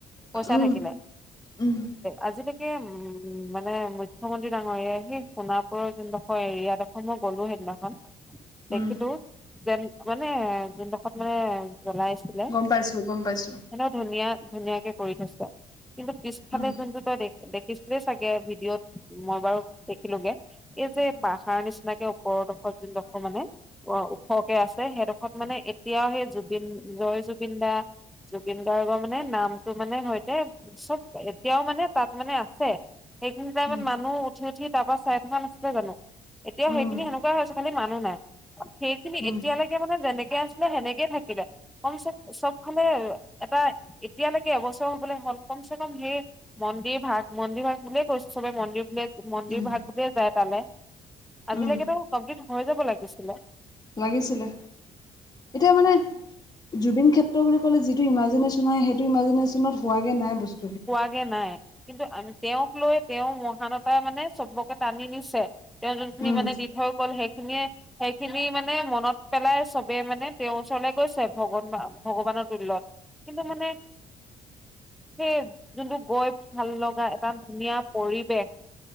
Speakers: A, in the centre; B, on the left.
A: পইচা
B: উম
A: থাকিলে।
B: উম
A: আজি লৈকে উম মানে মুখ্যমন্ত্ৰী ডাঙৰীয়াই সেই সোণাপুৰৰ যোনডখৰ হয় য়াদ দখৰ মই গ'লো সেইদিনাখন। দেখিটো
B: উম
A: যেন মানে <unintelligible>
B: গম পাইছো গম পাইছো
A: <inaudible> ধুনীয়া ধুনীয়াকে, কৰি থৈছ কিন্তু পিছফালে
B: উম
A: যোনটো তই দেখিছিলে চাগে ভিডিঅ'ত মই বাৰু দেখিলোগে। এই যে
B: উম
A: পাহাৰ নিচিনাকে ওপৰৰডোখৰ যোনডোখৰ মানে অ, দুখৰকে আছে, সেইডোখৰত মানে এতিয়াও সেই জুবিন, জয় জুবিন দা। জুবিন গাৰ্গৰ মানে নামটো মানে সৈতে চব এতিয়াও মানে তাত মানে আছে, সেইখিনি টাইমত
B: উম
A: মানুহ উঠি উঠি তাৰ পৰা চাই থকা নাছিলে জানো? এতিয়াও
B: উম
A: সেইখিনি সেনেকুৱা হৈছে, খালি মানুহ নাই। সেইখিনি
B: উম
A: এতিয়ালৈকে এতিয়ালৈকে মানে যেনেকে আছিলে সেনেকে থাকিলে, <inaudible> চব ফালে এটা এতিয়ালৈকে এবছৰ হ'বলৈ হ'ল কমচে কম সেই মন্দিৰ ভাগ মন্দিৰ ভাগ বুলিয়ে কৈছো, চবে মন্দিৰ বুলিয়ে মন্দিৰ
B: উম
A: ভাগ বুলিয়ে যায় তালে। আজিলৈকেতো
B: উম
A: কমপ্লিট হৈ যাব লাগিছিলে।
B: লাগিছিলে, এতিয়া মানে জুবিন ক্ষেত্ৰ বুলি ক'লে যিটো ইমাজিনেশ্যন হয়, সেইটো ইমাজিনেশ্যনত হোৱা‌ গে নাই বস্তু
A: হোৱাগে নাই, কিন্তু তেওঁক লৈ তেওঁ মহানতাই মানে চবকে টানি নিছে। তেওঁ যোনখিনি
B: উম,
A: মানে দি থৈ গ'ল, সেইখিনিয়ে সেইখিনি মানে মনত পেলাই চবে মানে তেওঁৰ ওচৰলে গৈছে, ভগ ভগৱানৰ তুল্যত। কিন্তু মানে সেই যোনটো গৈ ভাল লগা এটা ধুনীয়া পৰিৱেশ